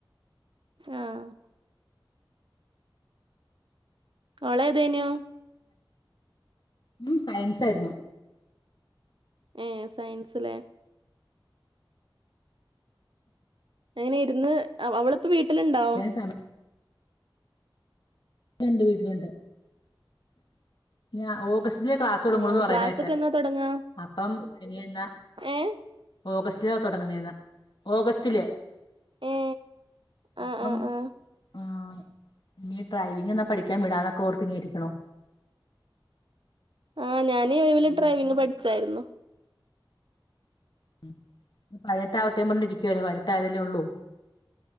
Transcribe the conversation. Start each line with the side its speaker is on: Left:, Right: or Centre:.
Right: ആഹ് ഓളെതേനു?
Left: ഉം സയൻസ് ആയിരുന്നു.
Right: ഏഹ് സയൻസ് ല്ലേ? അങ്ങനെ ഇരുന്ന് അ അവളിപ്പോ വീട്ടിലുണ്ടോ?
Left: പഠിക്കാൻ സമയം ലുണ്ട് വീട്ടിലുണ്ട് ഞാ ഓഗസ്റ്റ് ലേ ക്ലാസ് തൊടങ്ങൂളൂന്ന്
Right: ആ
Left: പറയുന്ന
Right: ക്ലാസ്സൊക്കെ
Left: കേട്ടെ
Right: എന്നാ തുടങ്ങാ
Left: അപ്പം ഇനി എന്നാ
Right: ഏ
Left: ഓഗസ്റ്റിലാ തൊടങ്ങുന്നേന്ന് ഓഗസ്റ്റില്.
Right: ഏ ആ
Left: അപ്പം
Right: ആ ആ
Left: ആഹ് ഇനി ഡ്രൈവിംഗ് എന്നാ പഠിക്കാൻ വിടാന്നൊക്കെ ഓർത്തിങ്ങനെ ഇരിക്കണു.
Right: ആഹ് ഞാന് ഒഴിവില്
Left: ഈ
Right: ഡ്രൈവിംഗ്
Left: മാസം
Right: പഠിച്ചായിരുന്നു.
Left: ഉം ഇനി പതിനെട്ടാവട്ടേന്ന് പറഞ്ഞ് ഇരിക്കുവായിരുന്നു പതിനെട്ടായതല്ലേ ഉള്ളൂ.